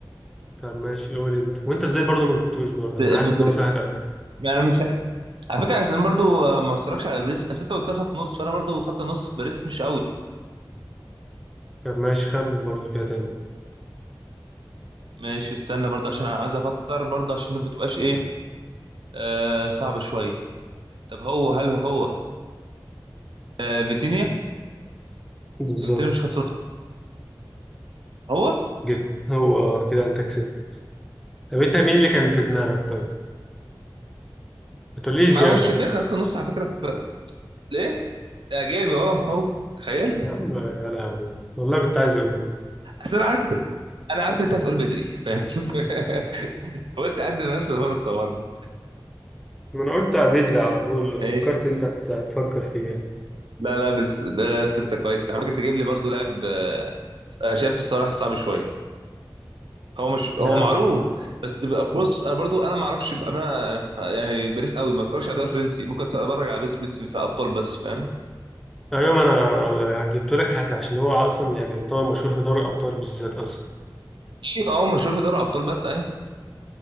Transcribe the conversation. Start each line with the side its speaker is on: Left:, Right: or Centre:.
Centre: طب ماشي قول انت وانت ازاي برضه ما جبتوش برضه
Right: ب-
Centre: انا حاسس
Right: ب-
Centre: ان
Right: ب-
Centre: هو سهل قوي
Right: انا مش على فكره عشان أنا برضو آه، ما اتفرجش على باريس اصل انت قلت لي خط نص فانا برضو خط نص في باريس مش قوي
Centre: طب ماشي خمن برضه كده تاني
Right: ماشي استنى برضه عشان انا عايز افكر برضه عشان ما تبقاش ايه آه صعبة شوية طب هو هل هو آه فيتينيا
Centre: بالظبط
Right: فيتينيا مش خط نص هو
Centre: جبت هو آه، كده انت كسبت طب انت مين اللي كان في دماغك طيب؟ ما تقوليش جافي
Right: ما مش في دماغي خط نص على فكرة في ليه اعجابي اه هو تخيل
Centre: يا عم يا لهوي والله كنت عايز اقول
Right: اصل انا عارف انا عارف إن انت هتقول بدري فاهم <laughs> فقلت اقدم نفس الفرصة برضه
Centre: ما انا قلت بدري على طول فكرت
Right: ايش
Centre: انت تت- تفكر فيه يعني
Right: لا لا بس ده ستة كويس على فكرة انت جايب لي برضه لاعب آه، انا شايف الصراحة صعب شوية هو مش
Centre: يعني-
Right: هو معروف بس بقى- بص انا برضو انا ما اعرفش بامانه يعني يعني باريس قوي ما بتفرجش على الدوري الفرنسي ممكن اتفرج على بس بس- في ابطال بس فاهم
Centre: ايوه ما انا جبته لك حاجة عشان هو اصلا يعني طبعا مشهور في دوري الابطال بالذات اصلا
Right: ماشي اه مشهور في دوري ابطال بس اي